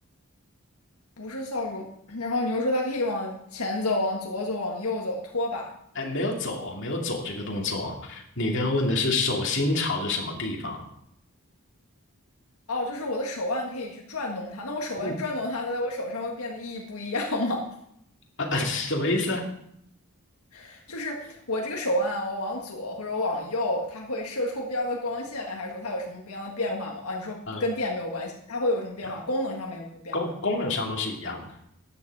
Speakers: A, on the left; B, on the left.
A: 不是扫帚。然后你又说它可以往前走、往左走、往右走，拖把。
B: 哎，没有走哦，没有走这个动作哦你刚刚问的是手心朝着什么地方？
A: 哦，就是我的手腕可以去转动它，那我手腕转动它，
B: 嗯，
A: 在我手上会变得意义不一样吗？
B: 啊，啊什么意思啊？
A: <laughs> 就是我这个手腕啊我往左或者我往右，它会射出不一样的光线，还是说它有什么不一样的变化吗？啊，你说跟电没有关系，
B: 呃，
A: 它会有什么变化？
B: 没有，
A: 功能上面有没有变化？
B: 功功能上都是一样的，